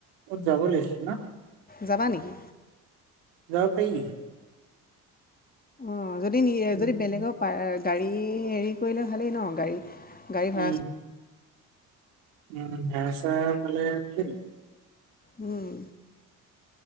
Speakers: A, on the right; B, on the left.
A: অত যাব লাগিছে ন।
B: যাবা নিকি?
A: যাব পাৰি।
B: অঁ যদি
A: উম,
B: যদি বেলেগৰ গাড়ী হেৰি কৰিলে ভালেই ন গাড়ী- গাড়ী
A: উম,
B: ভাড়া চা-
A: উম' ভাড়া চাৰা পালে ভালেই।
B: উম'